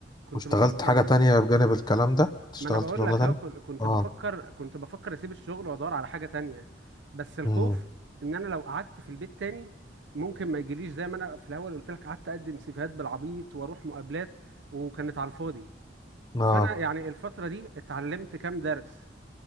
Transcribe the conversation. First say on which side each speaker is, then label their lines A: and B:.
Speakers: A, on the right; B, on the left.
A: كنت
B: واشتغلت
A: بفكر
B: حاجة تانية بجانب الكلام ده كنت اشتغلت
A: ما انا بقول
B: في شغلة
A: لك
B: تانية
A: اهو كن- كنت
B: اه
A: بفكر كنت بفكر اسيب الشغل وادور على حاجه تانية بس الخوف
B: مم.
A: ان انا لو قعدت في البيت تاني ممكن ما يجيليش زي ما انا في الاول قلت لك قعدت اقدم سيفيهات بالعبيط واروح مقابلات وكانت على الفاضي
B: اه
A: فانا يعني الفتره دي اتعلمت كام درس